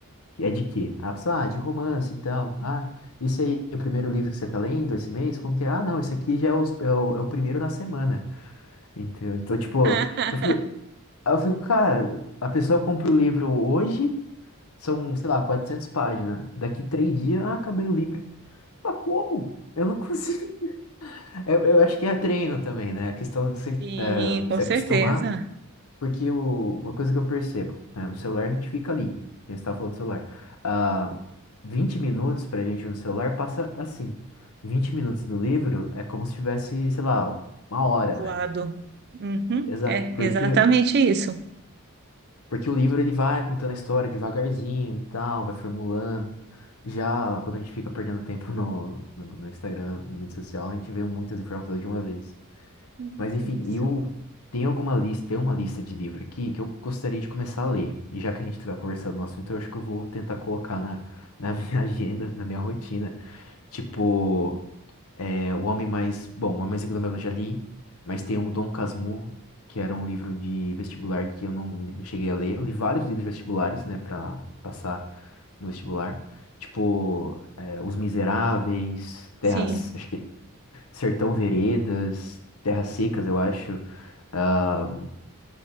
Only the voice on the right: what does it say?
<laughs>
Sim,
com
certeza.
Voado.
Uhum.
É
exatamente isso.
Hum,
isso.
Sim,